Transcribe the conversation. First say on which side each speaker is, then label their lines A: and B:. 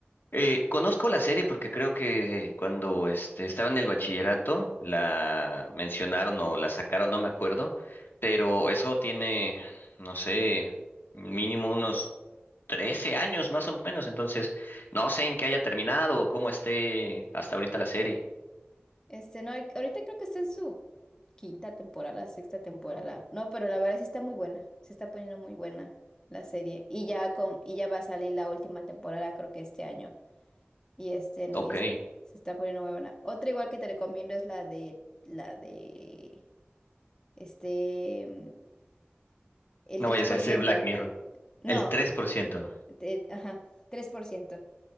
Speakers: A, on the left; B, on the left.
A: Eh, conozco la serie porque creo que cuando este, estaba en el bachillerato la mencionaron o la sacaron, no me acuerdo. Pero eso tiene, no sé, mínimo unos 13 años más o menos. Entonces, no sé en qué haya terminado o cómo esté hasta ahorita la serie.
B: Este, no, ahorita creo que está en su quinta temporada, sexta temporada. No, pero la verdad sí está muy buena. Se está poniendo muy buena la serie. Y ya con, y ya va a salir la última temporada, creo que este año. Y este,
A: Ok,
B: y este, se está poniendo muy buena. Otra igual que te recomiendo es la de, la de, este, mm, el
A: no
B: tres
A: vayas
B: por
A: a decir
B: ciento
A: Black Mirror.
B: No,
A: El tres por ciento.
B: te- ajá, tres por ciento